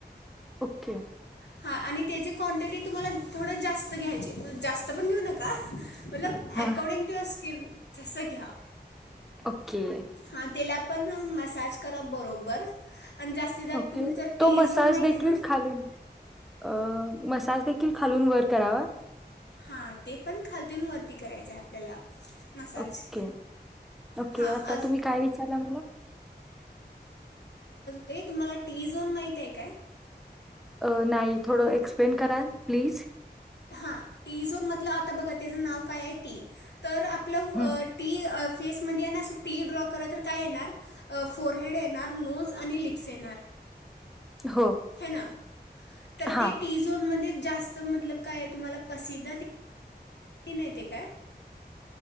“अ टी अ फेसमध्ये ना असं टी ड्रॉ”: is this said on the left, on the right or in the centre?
Left